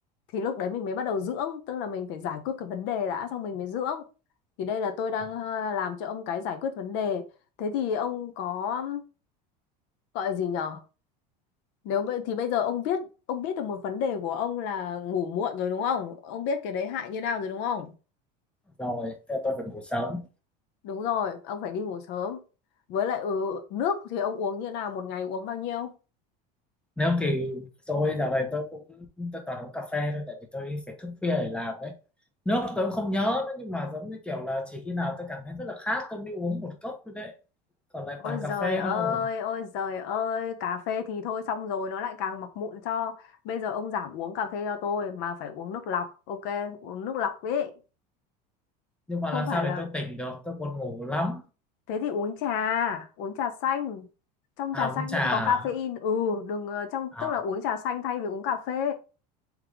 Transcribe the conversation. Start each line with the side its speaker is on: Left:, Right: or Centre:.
Left: thì lúc đấy mình mới bắt đầu dưỡng tức là mình phải giải quyết cái vấn đề đã xong mình mới dưỡng thì đây là tôi đang
Centre: À,
Left: ờ, làm cho ông cái giải quyết vấn đề thế thì ông có gọi là gì nhở nếu vậy thì bây giờ ông biết ông biết được một vấn đề của ông là ngủ muộn rồi đúng không? Ông biết cái đấy hại như nào rồi đúng không?
Centre: rồi thế là tôi phải ngủ sớm
Left: Đúng rồi, ông phải đi ngủ sớm. Với lại ừ, nước thì ông uống như nào, một ngày uống bao nhiêu?
Centre: nếu thì tôi dạo này tôi cũng tôi toàn uống cà phê thôi tại vì tôi phải thức khuya để làm đấy nước tôi cũng không nhớ nữa, nhưng mà giống như kiểu là chỉ khi nào tôi cảm thấy rất là khát tôi mới uống một cốc thôi đấy còn lại
Left: Ôi
Centre: toàn
Left: giời
Centre: cà phê
Left: ơi,
Centre: thôi
Left: ôi giời ơi, cà phê thì thôi xong rồi nó lại càng mọc mụn cho. Bây giờ ông giảm uống cà phê cho tôi mà phải uống nước lọc, ok, uống nước lọc ấy.
Centre: nhưng mà
Left: Không
Centre: làm
Left: phải
Centre: sao
Left: là
Centre: để tôi tỉnh được tôi buồn ngủ lắm
Left: thế thì uống trà, uống trà xanh. Trong
Centre: à
Left: trà xanh
Centre: uống trà
Left: cũng
Centre: à
Left: có caffeine. Ừ, đừng ờ, trong
Centre: À,
Left: tức là uống trà xanh thay vì uống cà phê.